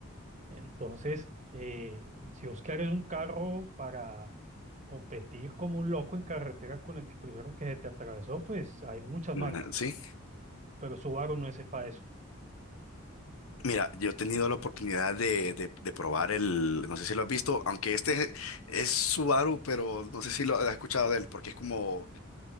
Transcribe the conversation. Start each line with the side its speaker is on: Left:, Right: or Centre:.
Right: Entonces, eh, si Oscar es un carro para competir como un loco en carretera con el que primero que se te atravesó, pues hay muchas
Left: ¿no?
Right: marcas,
Left: na- ¿sí?
Right: pero Subaru no es para eso.
Left: Mira, yo he tenido la oportunidad de, de- de probar el, no sé si lo has visto, aunque este es Subaru, pero no sé si lo has escuchado de él, porque es como,